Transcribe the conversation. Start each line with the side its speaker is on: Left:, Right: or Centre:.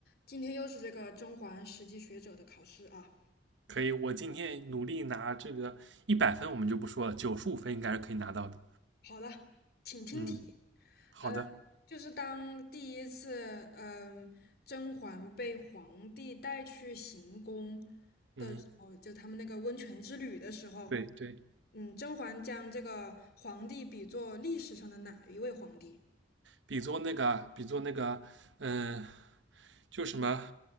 Left: 今天又是这个甄嬛实际学者的考试啊。
Right: 可以，我今天努力拿这个一百分，我们就不说了，九十五分应该是可以拿到的。
Left: 好了，请听题。
Right: 嗯，好的，
Left: 呃，就是当第一次，嗯、甄嬛被皇帝带去行宫
Right: 嗯，
Left: 的时候，就他们那个温泉之旅的时候，
Right: 对对，
Left: 嗯，甄嬛将这个皇帝比作历史上的哪一位皇帝？
Right: 比作那个，比作那个，嗯、就什么，